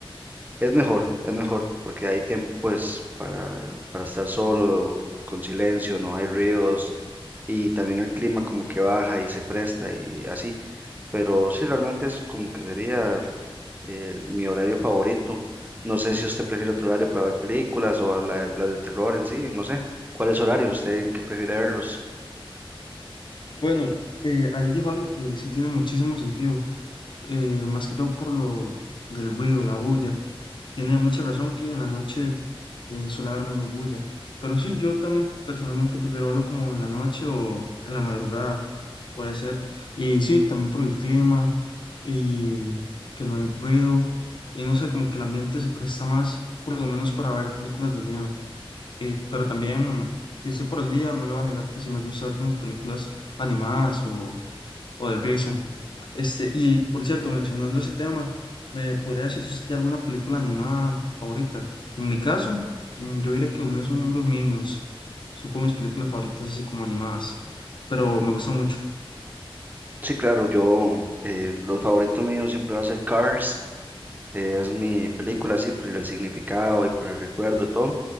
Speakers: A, on the right (about 20°); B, on the left (about 55°).
A: es mejor, es mejor, porque hay tiempo pues para, para estar solo, con silencio, no hay ríos y también el clima como que baja y se presta y así. Pero sí, realmente eso como que sería eh, mi horario favorito. No sé si usted prefiere otro horario para ver películas o la- las de terror en sí, no sé. ¿Cuál es su horario? ¿Usted en qué prefiere verlos?
B: Bueno, eh, ahí dijo algo que sí tiene muchísimo sentido, eh, más que todo por lo del ruido, la bulla. Tiene mucha razón que en la noche eh, suele haber menos bulla. Pero sí, yo también personalmente prefiero verlo como en la noche o en la madrugada, puede ser. Y sí, también por el clima y que no hay ruido. Y no sé, como que el ambiente se presta más, por lo menos para ver películas de miedo. Eh, pero también, si estoy por el día, no le voy a negar que sí me gusta ver como películas animadas o, o de risa. Este, y por cierto, mencionando ese tema, ¿me podría decir si usted tiene alguna película animada favorita? En mi caso, mm, yo diría que los míos son los Minions. Son como mis películas favoritas, así como animadas, pero me gustan mucho.
A: Sí, claro, yo, eh, los favoritos míos siempre va a ser Cars, eh, es mi película así, por el significado y por el recuerdo y todo.